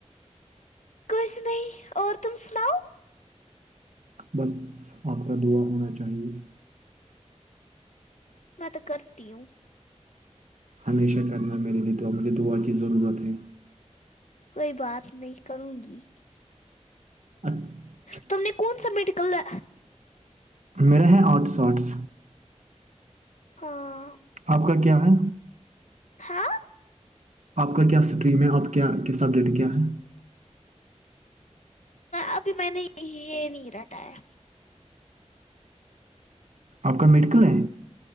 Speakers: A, on the left; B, on the right.
A: کس نہیں اور تم سناؤ
B: بس آپ کا دعا ہونا چاہیے
A: میں تو کرتی ہوں
B: ہمیشہ کرنا میرے لیے دعا مجھے دعا کی ضرورت ہے
A: کوئی بات نہیں کروں گی
B: اچھ
A: تم نے کون سی نکلنا
B: میرے ہیں آؤٹ ساٹس
A: ہاں
B: آپ کا کیا ہے
A: ہاں
B: آپ کا کیا اسٹریم ہے آپ کیا کیا سبجیکٹ کیا ہے؟
A: ابھی میں نے یہ نہیں رٹا ہے
B: آپ کا میڈیکل ہے